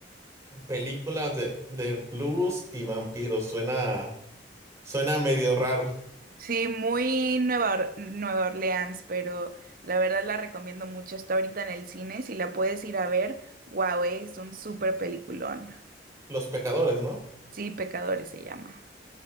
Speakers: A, on the right; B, on the right.
A: Películas de, de blues y vampiros. Suena, suena medio raro.
B: Sí, muy Nueva, Or- Nueva Orleans, pero la verdad la recomiendo mucho. Está ahorita en el cine, si la puedes ir a ver, wow, es un súper peliculón.
A: Los pecadores, ¿no?
B: Sí, Pecadores se llama.